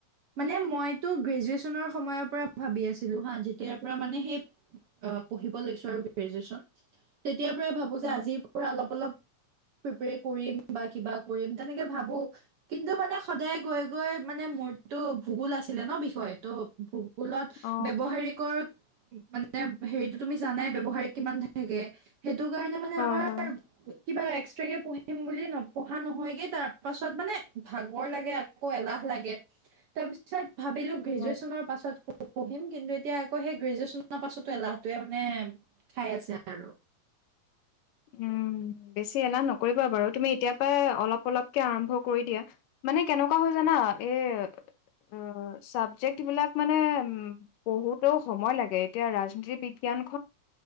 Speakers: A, on the right; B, on the left.
A: মানে মইতো গ্ৰেজুৱেচনৰ সময়ৰ পৰা ভাবি আছিলো হা যেতিয়াৰ পৰা মানে সেই। পঢ়িব লৈছো আৰু গ্ৰেজুৱেচন তেতিয়াৰ পৰাই ভাবো যে
B: উম,
A: আজিৰ পৰা অলপ অলপ। প্ৰিপ্ৰেৰ কৰিম বা কিবা কৰিম তেনেকে ভাবোঁ কিন্তু মানে সদায় গৈ গৈ মানে। মোৰটো ভূগোল আছিলে নহ বিষয় ত' ভূগোলত
B: অ
A: ব্যৱহাৰিক মানে। হেৰিতটো তুমি জানাই ব ব্যৱহাৰিক কিমান থাকে সেইটো কাৰণে মানে
B: হয়
A: আমাৰ
B: হয়।
A: কিবা এক্সট্ৰাকে পঢ়ি। পঢ়িম বুলি নপঢ়া নহয়গে তাৰ পাছত মানে ভাগৰ লাগে আকৌ এলাহ লাগে। তাৰ পিছত ভাবিলোঁ গ্ৰেজুৱেচনৰ
B: হয়
A: পাছত পঢ়িম কিন্তু এতিয়া আকৌ সেই গ্ৰেজুৱেচন। তাৰ পাছতো এলাহটোৱে মানে খাই আছে আৰু
B: উম বেছি এলাহ নকৰিবা বাৰু তুমি এতিয়াৰ পৰা অলপ অলপকে আৰম্ভ কৰি দিয়া। মানে কেনেকুৱা হৈ জানা এ। অ চাবজেক্ট বিলাক মানে উম পঢ়তেও সময় লাগে এতিয়া ৰাজনীতি বিজ্ঞান।